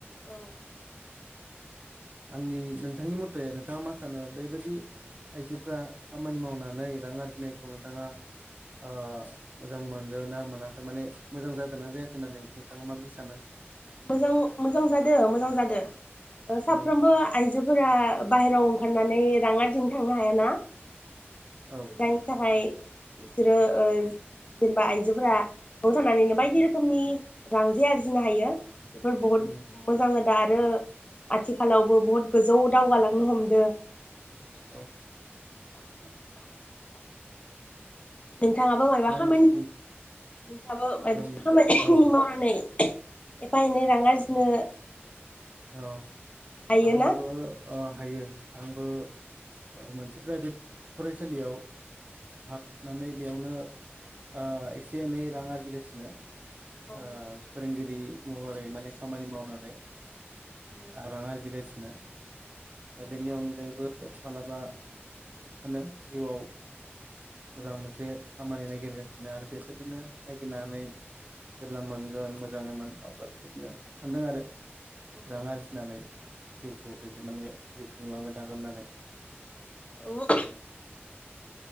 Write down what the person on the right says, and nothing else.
आंनि नोंथांनि मटे नोंथाङा मा सानो बेबायदि आइजोफ्रा खामानि मावनानै रां आरजिनायखौ नोंथाङा ओ मोजां मोनदो ना मोनाखै माने मोजां जादोना जायाखै होननानै नोंथाङा मादि सानो?
औ
औ
उम
औ
दा
नों
ओ
नों
औ
अ
आंबो ओ हायो। आंबो ओ मोनसे प्राइभेट फरायसालियाव हाबनानै बेयावनो ओ एसे एनै रां आरजिगासिनो।
ओ फोरोंगिरि महरै माने खामानि मावनानै।
आं रां आरजिगासिनो।
दा बेनि अनगायैबो मालाबा सानो जिउआव मोजां मोनसे खामानि नायगिरगासिनो आरो बेबायदिनो नायगिरनानै जेब्ला मोनगोन मोजाङै मोनबावब्ला बेदिनो सानदों आरो रां
आरजिनानै जिउखौ दैदेन माने जिउ खुंलांबाय थागोन होननानै।